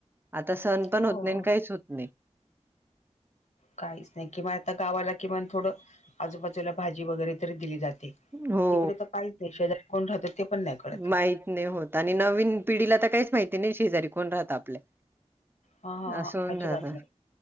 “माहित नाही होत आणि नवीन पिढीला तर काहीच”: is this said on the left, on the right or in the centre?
Right